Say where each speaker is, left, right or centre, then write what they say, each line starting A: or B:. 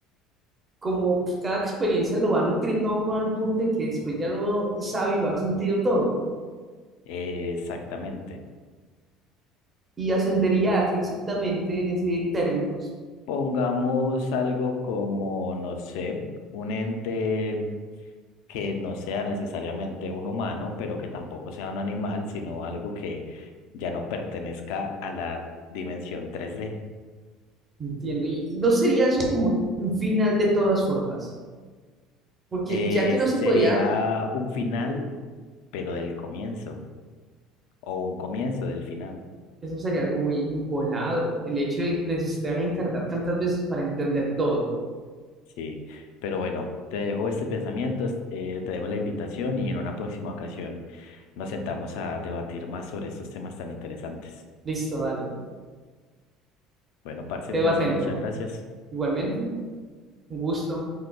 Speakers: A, on the right; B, on the left.
A: como que cada experiencia lo va nutriendo a uno al punto de que después ya lo sabe y lo ha sentido todo.
B: Eh, exactamente.
A: Y ascendería a qué exactamente en ese términos,
B: Pongamos algo como, no sé, un ente que no sea necesariamente un humano, pero que tampoco sea un animal, sino algo que ya no pertenezca a la dimensión tres d
A: entiendo. Y no sería eso como un final de todas formas, porque
B: Eh,
A: ya que no
B: sería
A: se podría,
B: un final, pero del comienzo, o un comienzo del final.
A: eso sería algo muy, muy volado, el hecho de necesitar reencarnar tantas veces para entender todo.
B: Sí, pero bueno, te dejo este pensamiento, es- eh, te dejo la invitación y en una próxima ocasión nos sentamos a debatir más sobre estos temas tan interesantes.
A: Listo, dale.
B: Bueno, parce,
A: Quedo
B: un placer,
A: atento.
B: muchas gracias.
A: Igualmente, un gusto.